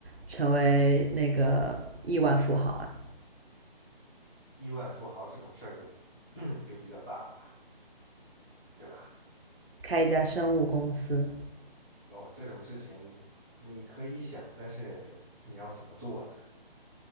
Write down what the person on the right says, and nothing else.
成为那个亿万富豪啊？
开一家生物公司。